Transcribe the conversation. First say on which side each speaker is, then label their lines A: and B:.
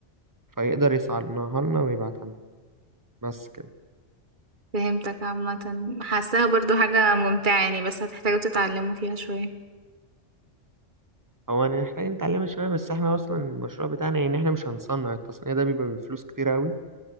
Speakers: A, on the right (about 15°); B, on the right (about 40°).
A: فيقدر يصنعها لنا ويبعتها لنا بس كده
B: فهمتك عامه حاساها برضو حاجه ممتعه يعني بس هتحتاجوا تتعلموا فيها شويه
A: هو أنا محتاج نتعلمها شوية بس احنا أصلا المشروع بتاعنا يعني احنا مش هنصنع التصنيع ده بيبقى بفلوس كتير أوي